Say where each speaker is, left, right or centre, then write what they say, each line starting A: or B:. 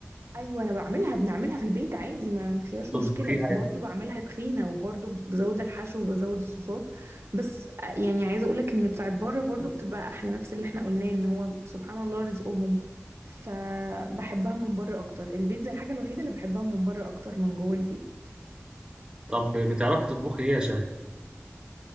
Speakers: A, on the right; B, on the right.
A: ايوه انا بعملها بنعملها في البيت عادي ما ما فيهاش
B: تطبخيها
A: مشكله
B: يعني
A: برضو بعملها تخينه وبرضو بزود الحشو وبزود الصوصات بس آه، يعني عايزه اقولك ان بتاعت بره برضو بتبقى احلى نفس اللي احنا قلناه ان هو سبحان الله رزقهم فبحبها من بره اكتر البيتزا الحاجه الوحيده اللي بحبها من بره اكتر من جوه البيت
B: طب بتعرفي تطبخي إيه يا شاهد؟